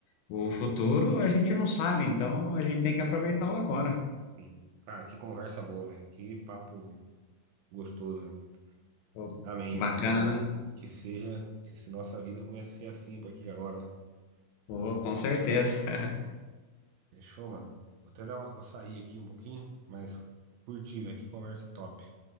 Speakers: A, on the left (about 80°); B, on the right (about 80°).
A: O futuro a gente não sabe, então a gente tem que aproveitar o agora.
B: Sim. Cara, que conversa boa, velho. Que papo gostoso, velho.
A: Pô,
B: Amém,
A: bacana,
B: velho. Que, no-
A: né?
B: que seja, que se nossa vida comece a ser assim a partir de agora, né?
A: Pô, com certeza. <laughs>
B: Fechou, mano? Vou até dar uma, vou sair aqui um pouquinho, mas curti, velho. Que conversa top.